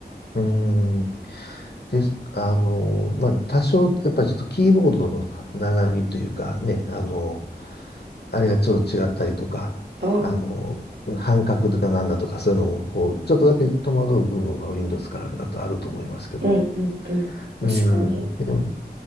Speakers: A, on the left (about 70°); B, on the right (about 80°).
A: うん。です。あの、まあ、多少、やっぱりちょっとキーボードの並びというかね、あの、あれがちょっと違ったりとか、
B: ああ、
A: あの、半角だなんだとか、そういうのも、こう、ちょっとだけ戸惑う部分は Windows からだとあると思いますけど、
B: うんうんうん。確かに。
A: うん、でも、